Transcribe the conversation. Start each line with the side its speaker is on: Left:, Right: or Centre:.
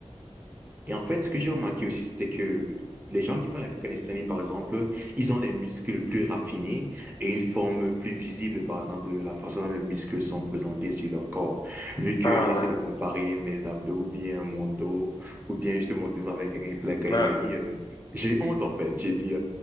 Right: Et en fait, ce que j'ai remarqué aussi, c'est que les gens qui font la calisthénie, par exemple, ils ont des muscles plus raffinés et une forme plus visible, par exemple, de la façon dont les muscles sont présentés sur leur corps. Vu que
Left: Ah
Right: j'essaie
Left: ouais.
Right: de comparer mes abdos ou bien mon dos, ou bien justement devant avec quelqu'un qui fait la calisthénie,
Left: Bah
Right: euh, j'ai honte, en fait. J'ai dit, euh,